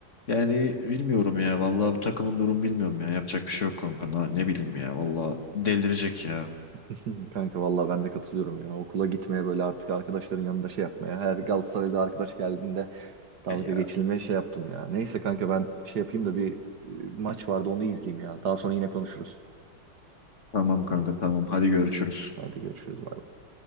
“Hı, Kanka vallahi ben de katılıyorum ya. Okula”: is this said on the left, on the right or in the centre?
Right